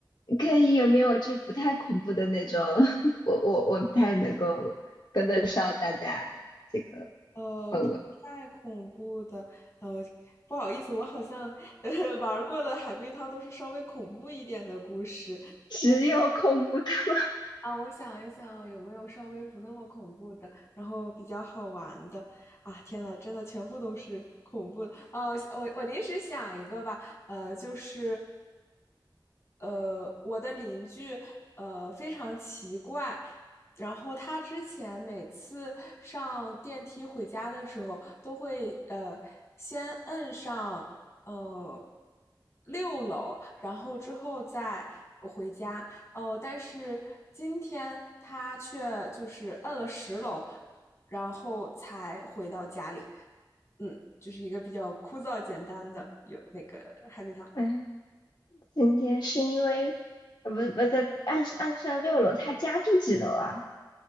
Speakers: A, on the left; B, on the left.
A: 可以有没有就不太恐怖的那种？<laughs> 我我我不太能够跟得上大家这个
B: 呃，
A: 氛围，
B: 不太恐怖的，呃，不好意思，我好像呃玩儿过的海龟汤都是稍微恐怖一点的故事。<laughs>
A: 只有恐怖的吗？
B: 嗯啊，我想一想有没有稍微不那么恐怖的，然后比较好玩的。啊，天呐，真的全部都是恐怖的。呃，我我临时想一个吧，呃，就是呃，我的邻居呃非常奇怪，然后他之前每次上电梯回家的时候，都会呃先摁上呃六楼，然后之后再回家。哦，但是今天他却就是摁了十楼，然后才回到家里。嗯，就是一个比较枯燥简单的有那个海龟汤。
A: 嗯，今天是因为呃不不在岸上岸上六楼，他家住几楼啊？